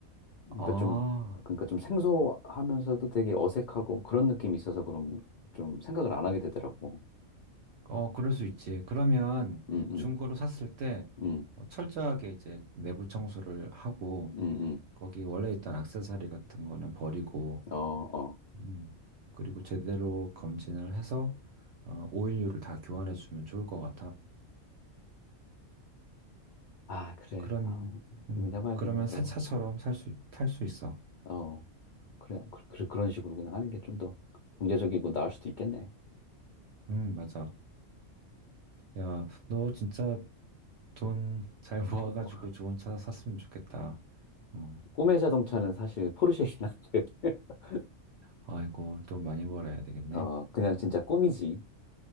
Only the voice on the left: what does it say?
그러니까
좀 그러니까 좀 생소하면서도 되게 어색하고 그런 느낌이 있어서 그런 좀 생각을 안 하게 되더라고.
음, 음,
음,
음,
음. 어, 어.
아, 그래.
아, 고민해봐야겠네,
더.
어, 그래. 어, 그, 그, 그런 식으로 그냥 하는 게 좀 더 경제적이고 나을 수도 있겠네.
어,
꿈의 자동차는 사실 포르쉐이긴 한데. <laughs>
어, 그냥 진짜 꿈이지.